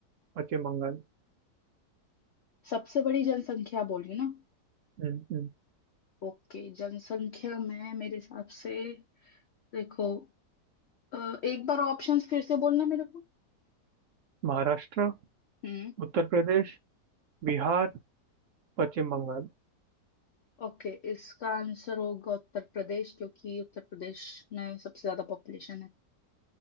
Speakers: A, on the right; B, on the left.
A: पश्चिम बंगाल
B: सबसे बड़ी जनसंख्या बोली ना
A: हम्म हम्म।
B: ओके जनसंख्या में मेरे हिसाब से देखो अ, एक बार ऑप्शंस फिर से बोलना मेरे को
A: महाराष्ट्र
B: हम्म
A: उत्तर प्रदेश बिहार पश्चिम बंगाल
B: ओके इसका आंसर होगा उत्तर प्रदेश क्योंकि उत्तर प्रदेश में सबसे ज्यादा पॉपुलेशन है